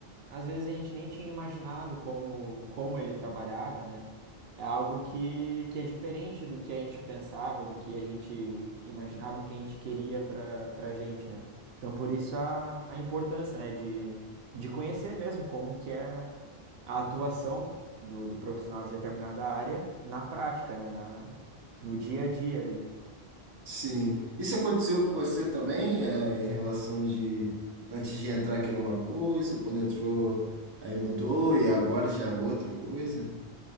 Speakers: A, on the right; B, on the right.
A: às vezes a gente nem tinha imaginado como, como ele trabalhava, né? É algo que, que é diferente do que a gente pensava, do que a gente imaginava, do que a gente queria para para gente, né? Então, por isso a, a importância, né, de, de conhecer mesmo como que é a atuação do, do profissional de determinada área na prática, né, na, no dia a dia ali.
B: Sim. Isso aconteceu com você também, é, em relação de antes de entrar querer uma coisa, quando entrou aí mudou e agora já é outra coisa?